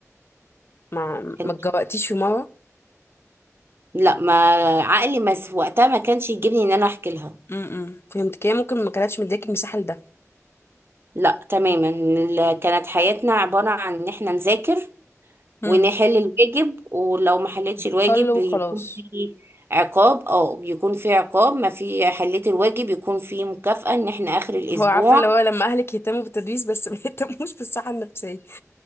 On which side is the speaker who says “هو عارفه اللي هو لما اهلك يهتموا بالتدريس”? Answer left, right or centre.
Left